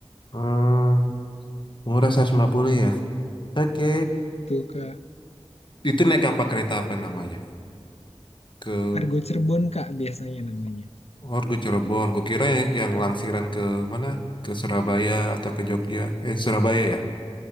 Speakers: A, on the left; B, on the left.
A: hmm. Murah 150 ya? Oke.
B: Itu Kak.
A: Itu naik apa kereta apa namanya? ke
B: Argo Cirebon Kak biasanya namanya.
A: Warga Cirebon, kukira ya- yang langsiran ke mana? Ke Surabaya atau ke Jogja? Eh, Surabaya ya?